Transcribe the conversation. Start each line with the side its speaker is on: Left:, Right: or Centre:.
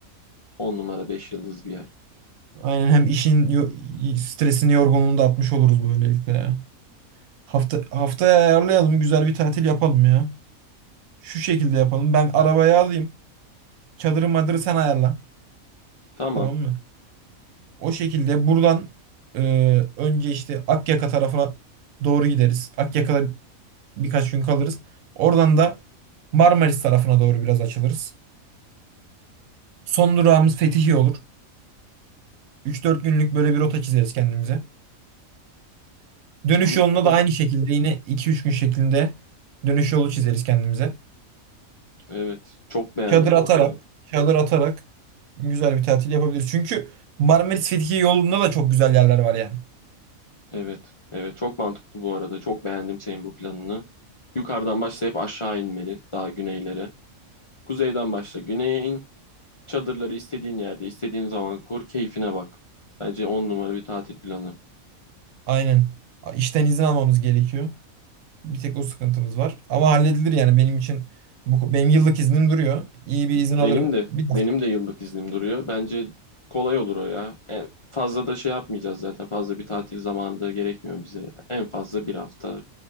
Left: 10 numara 5 yıldız bir yer.
Right: Aynen hem işin yo- stresini yorgunluğunu da atmış oluruz böylelikle ya. Hafta haftaya ayarlayalım. Güzel bir tatil yapalım ya. Şu şekilde yapalım. Ben arabayı alayım. Çadırı madırı sen ayarla.
Left: Tamam.
Right: Tamam mı? O şekilde buradan e, önce işte Akyaka tarafına doğru gideriz. Akyaka'da birkaç gün kalırız. Oradan da Marmaris tarafına doğru biraz açılırız. Son durağımız Fethiye olur. üç dört günlük böyle bir rota çizeriz kendimize. Dönüş
Left: Mantıklı.
Right: yolunda da aynı şekilde yine iki üç gün şeklinde dönüş yolu çizeriz kendimize.
Left: Evet. Çok beğendim
Right: Çadır atarak,
Left: bu arada.
Right: çadır atarak güzel bir tatil yapabiliriz. Çünkü Marmaris Fethiye yolunda da çok güzel yerler var yani.
Left: Evet. Evet. Çok mantıklı bu arada. Çok beğendim senin bu planını. Yukarıdan başlayıp aşağı inmeli. Daha güneylere. Kuzeyden başla. Güneye in. Çadırları istediğin yerde, istediğin zaman kur. Keyfine bak. Bence 10 numara bir tatil planı.
Right: Aynen. A- İşten izin almamız gerekiyor. Bir tek o sıkıntımız var. Ama halledilir yani benim için bu, benim yıllık iznim duruyor. İyi bir
Left: Benim
Right: izin alırım.
Left: de
Right: Bir
Left: benim
Right: hafta.
Left: de yıllık iznim duruyor. Bence kolay olur o ya. En fazla da şey yapmayacağız zaten. Fazla bir tatil zamanı da gerekmiyor bize. ya. En fazla bir hafta